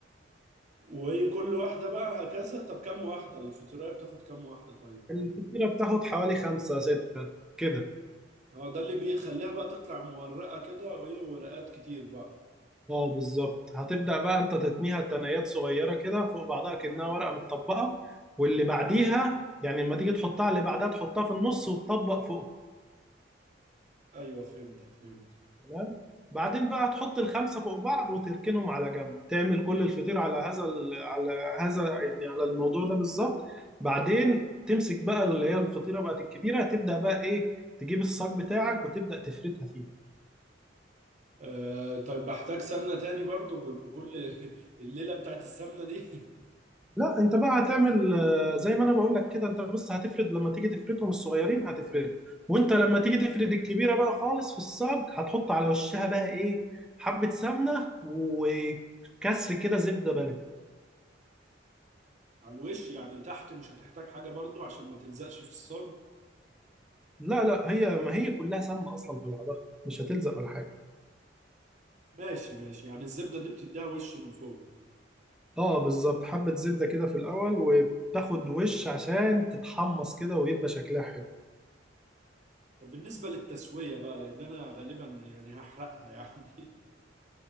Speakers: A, on the right; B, in the centre.
A: وهي كل واحدة بقى هكذا طب كام واحدة الفاتورة بتاخد كام واحدة طيب
B: الفطيرة بتاخد حوالي خمسة ستة كده
A: هو ده اللي بيخليها بقى تطلع مورقة كده وايه ورقات كتير بقى
B: اه بالظبط هتبدأ بقى انت تتنيها تنايات صغيرة كده فوق بعضها كأنها ورقة متطبقة واللي بعديها يعني لما تيجي تحطها اللي بعدها تحطها في النص وتطبق فوق
A: ايوه فهمتك فهمت
B: تمام بعدين بقى تحط الخمسة فوق بعض وتركنهم على جنب تعمل كل الفطير على هذا ال... على هذا يعني على الموضوع ده بالظبط بعدين تمسك بقى اللي هي الفطيرة بقت الكبيرة تبدأ بقى ايه تجيب الصاج بتاعك وتبدأ تفردها فيه
A: آه طيب بحتاج سمنة تاني برضو ب- بكل <laughs> الليلة بتاعت السمنة دي <laughs>
B: لا انت بقى هتعمل آه، زي ما انا بقول لك كده انت بس هتفرد لما تيجي تفردهم الصغيرين هتفرد وانت لما تيجي تفرد الكبيره بقى خالص في الصاج هتحط على وشها بقى ايه حبه سمنه وكسر كده زبده بلدي
A: على الوش يعني تحت مش هتحتاج حاجة برضو عشان ما تلزقش في الصاج
B: لا لا هي ما هي كلها سمنه اصلا في بعضها مش هتلزق ولا حاجه
A: ماشي ماشي يعني الزبدة دي بتديها وش من فوق
B: اه بالظبط حبه زبده كده في الاول وبتاخد وش عشان تتحمص كده ويبقى شكلها حلو
A: طب بالنسبة للتسوية بقى لأن أنا غالبا يعني هحرقها <laughs> يعني